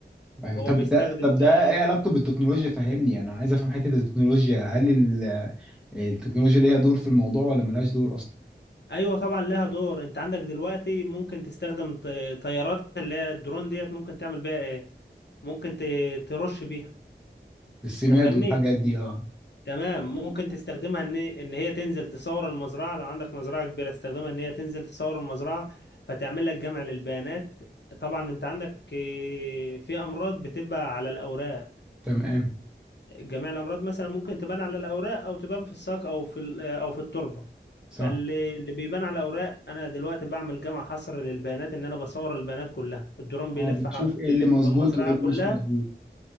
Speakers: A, in the centre; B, on the left (about 70°).
A: ايوه
B: هو
A: طب
B: بيستخدم
A: ده طب ده
B: بقى
A: ايه علاقته بالتكنولوجيا فهمني انا عايز افهم حتة التكنولوجيا هل ال- التكنولوجيا ليها دور في الموضوع ولا ملهاش دور اصلا
B: ايوه طبعا لها دور انت عندك دلوقتي ممكن تستخدم ط- طيارات اللي هي الدرون ديت ممكن تعمل بيها ايه ممكن ت- ترش بيها
A: السماد
B: انت فاهمني
A: والحاجات دي اه
B: تمام ممكن تستخدمها ان ان هي تنزل تصور المزرعه لو عندك مزرعه كبيره تستخدمها ان هي تنزل تصور المزرعه فتعمل لك جمع للبيانات طبعا انت عندك آه، في امراض بتبقى على الاوراق
A: تمام
B: جميع الامراض مثلا ممكن تبان على الاوراق او تبان في الساق او في ال- آه، او في التربه
A: صح
B: فاللي اللي بيبان على الاوراق انا دلوقتي بعمل جمع حصر للبيانات ان انا بصور البيانات كلها الدرون بيلف
A: اه بتشوف
B: ح-
A: ايه
B: بيلف
A: اللي مظبوط
B: في المزرعه
A: وايه اللي
B: كلها
A: مش مظبوط